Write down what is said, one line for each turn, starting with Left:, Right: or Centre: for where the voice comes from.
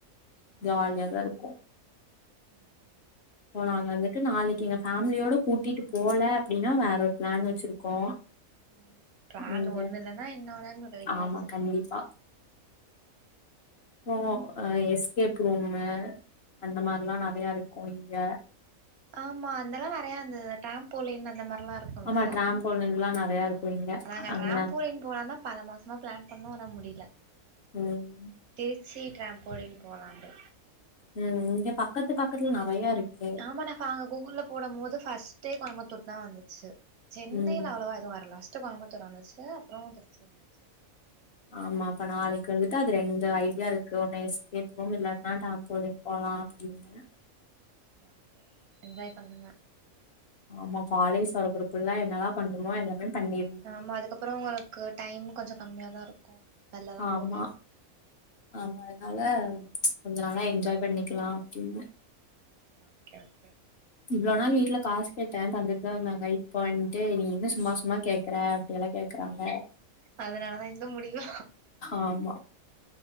Right: ம் ஓகே
Left: ஜாலியாதா இருக்கு
Right: ம்
Left: இப்போ நாங்க வந்துட்டு நாளைக்கி எங்க ஃபேமிலியோட கூட்டிட்டு போல அப்டின்னா வேற ஒரு பிளான் வச்சிருக்கோ
Right: ம் பிளான்
Left: இங்க
Right: ஒண்ணு இல்லன்னா இன்னொன்னு ரெடியா
Left: ஆமா
Right: வச்சிருப்பீங்க
Left: கண்டிப்பா போ அ எஸ்கேப் ரூம்மு அந்த மாரிலா நெறையா இருக்கு இங்க
Right: ஆமா அதெல்லா நெறைய அந்த ட்ரேம்போலின் அந்த மாரிலா இருக்குல
Left: ஆமா டிராம்போலின்லா நெறையா இருக்கு
Right: ஆ
Left: இங்க
Right: நாங்க
Left: அங்க
Right: ட்ரேம்போலின் போலான்ந்தா பல மாசமா பிளான் பண்ணோ ஆனா முடியல
Left: ம்
Right: திருச்சி டிரம்போலின் போலாண்டு
Left: ம் இங்க பக்கத்து பக்கத்துல நெறையா இருக்கு
Right: ஆமானக்கா அங்க கூக்குல போடும் போது ஃபர்ஸ்ட்டே கோயம்புத்தூர் தா வந்துச்சு சென்னைல
Left: ம்
Right: அவ்வளவா எதுவு வரல ஃப்ஸ்ட்டு கோயமுத்தூர் வந்துச்சு அப்புற திருச்சி வந்துச்சு
Left: ஆமா அப்ப நாளைக்கு வந்துட்டு அது ரெண்டு ஐடியா இருக்கு ஒன்ன எஸ்கேப் ரூம் இல்ல ட்ரேன்போல்ன்னு போலா அப்டின்னு
Right: ஓகே ஓகே என்ஜாய் பண்ணுங்க
Left: ஆமா காலேஜ் வரபறக்குள்ள என்னல்லா பண்ணணுமோ எல்லாமே பண்ணி
Right: ஆமா அதுக்கப்புறோ உங்களுக்கு டைம் கொஞ்ச கம்மியா தா இருக்கு வெளியெல்லா
Left: ஆமா
Right: போக
Left: ஆமா அதனால கொஞ்ச நாளா என்ஜாய் பண்ணிக்கலா அப்டின்னு
Right: அ ஓகே ஓகே
Left: இவ்ளோ நாள் வீட்ல காசு கேட்டே தந்துட்டு தா இருந்தாங்க இப்போ வன்ட்டு நீ என்ன சும்மா சும்மா கே க்குற அப்டியெல்லா கேக்குறாங்க
Right: அதனாலதா இந்த முடிவா
Left: ஆமா